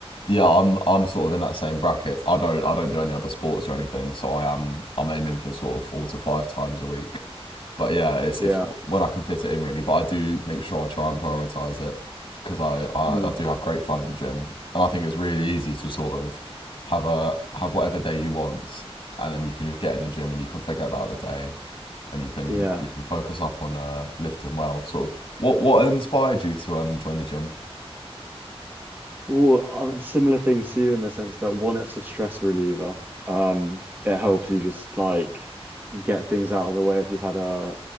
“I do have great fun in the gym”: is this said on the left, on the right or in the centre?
Left